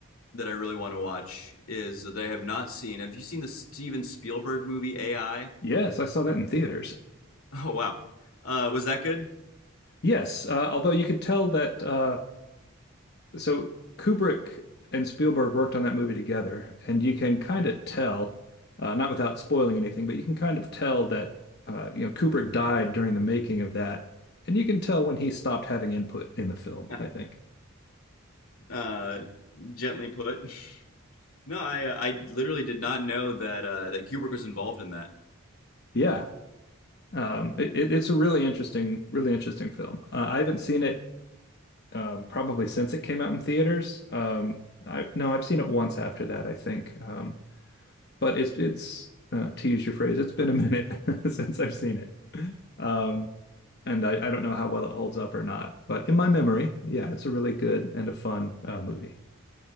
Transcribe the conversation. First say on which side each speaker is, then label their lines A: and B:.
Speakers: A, on the left; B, on the left.
A: that I really want to watch is that I have not seen. Have you seen the Steven Spielberg movie AI? <laughs>
B: Yes, I saw that in theaters.
A: Oh wow, uh, was that good?
B: Yes, uh, although you could tell that uh, so Kubrick and Spielberg worked on that movie together, and you can kind of tell, uh, not without spoiling anything, but you can kind of tell that uh, you know Kubrick died during the making of that, and you can tell when he stopped having input in the film,
A: <laughs>
B: I think.
A: Uh, gently put. No, I uh, I literally did not know that uh, that Kubrick was involved in that.
B: Yeah, um, it, it, it's a really interesting, really interesting film. Uh, I haven't seen it um, probably since it came out in theaters. Um, I no, I've seen it once after that, I think. Um, but it's it's uh, to use your phrase, it's been a minute <laughs> since I've seen it. Um, and I, I don't know how well it holds up or not, but in my memory, yeah, it's a really good and a fun uh, movie.